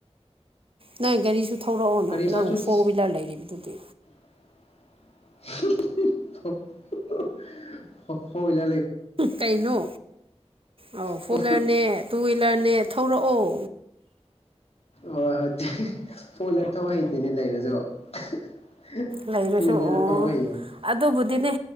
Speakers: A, on the right (about 55°); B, on the left (about 65°).
A: ꯅꯪ ꯒꯥꯔꯤꯁꯨ ꯊꯧꯔꯛꯑꯣꯅ
B: ꯒꯥꯔꯤ ꯃꯆꯥꯁꯨ
A: ꯅꯪ ꯐꯣꯔ ꯍ꯭ꯋꯤꯂꯔ ꯂꯩꯔꯤꯕꯗꯨꯗꯤ
B: <unintelligible> <unintelligible>
A: ꯀꯩꯅꯣ ꯑꯧ ꯐꯣꯂꯔꯅꯦ
B: ꯍꯣꯏ
A: ꯇꯨ ꯋꯤꯂꯔꯅꯦ ꯊꯧꯔꯛꯑꯣ
B: ꯍꯣꯏ ꯍꯣꯏꯦ ꯐꯣꯟꯅ ꯊꯥ ꯍꯩꯇꯦꯅꯦ ꯂꯩꯔꯁꯨ ꯍꯦꯍ
A: ꯂꯩꯔꯁꯨ
B: ꯇꯨ ꯋ꯭ꯍꯤꯂꯔ
A: ꯑꯣ
B: ꯊꯧꯕ ꯍꯩꯌꯦ
A: ꯑꯗꯨꯕꯨꯗꯤꯅꯦ